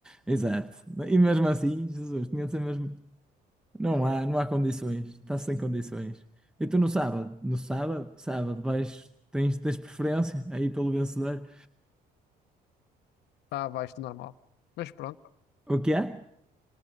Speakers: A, in the centre; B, on the left (about 80°).
A: Exato. E mesmo assim, Jesus, tinha de ser mesmo Não há, não há condições. Está sem condições. E tu no sábado? No sábado, sábado, vais, tens, tens preferência aí pelo vencedor?
B: Está abaixo do normal. Mas pronto.
A: O que é?